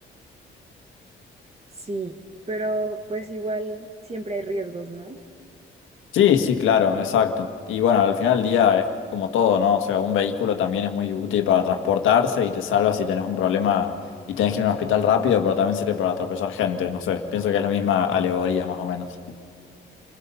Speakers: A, on the right (about 30°); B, on the left (about 80°).
A: Sí, pero pues igual siempre hay riesgos, ¿no?
B: Sí, sí, claro, exacto. Y bueno, al final del día es como todo, ¿no? O sea, un vehículo también es muy útil para transportarse y te salva si tenés un problema y tenés que ir a un hospital rápido, pero también sirve para atropellar gente, no sé, pienso que es la misma alegoría más o menos.